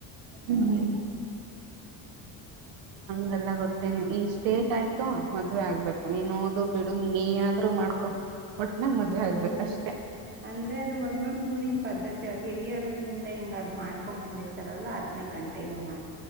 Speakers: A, on the right (about 80°); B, on the right (about 25°).
A: ಹ್ಮ್
B: ಹಂಗೆ.
A: ಗೇಲ್ಲ ಗೊತ್ತೇನು ಈ ಸ್ಟೇಜ್ ಆಯ್ತು ಮದ್ವೆ ಆಗ್ಬೇ ನೀನ್ ಓದು ಬಿಡು ನೀನ್ ಏನಾದ್ರು ಮಾಡ್ಕೊ ಒಟ್ನಾಗ ಮದ್ವೆ ಆಗ್ಬೇಕಷ್ಟೆ
B: ಅನ್ ಅಂದ್ರೆ ಅದು ಒಂದೊಂದ್ ಊರಿನ್ ಪದ್ಧತಿ ಅ ಹಿರಿಯರು ಇನ್ ಅದೇ ಹಿಂಗ್ ಅದ್ ಮಾಡ್ಕೋ ಬಂದಿರ್ತಾರಲ್ಲಾ ಅದನೇ ಕಂಟಿನ್ಯು ಮಾಡ್